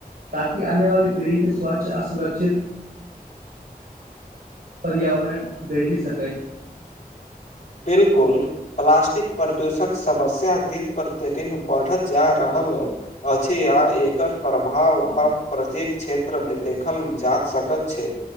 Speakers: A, on the right (about 75°); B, on the left (about 50°).
A: ताकि आने वाली पीढ़ी के स्वच्छ आ सुरक्षित पर्यावरण भेटी सकै
B: बिलकुल प्लाासस्टिक प्रदूषणक समस्या दिन प्रतिदिन बढ़त जा रहा अछि आ एकर प्रभाव आब प्रत्येक क्षेत्र मे देखल जा सक सकत छै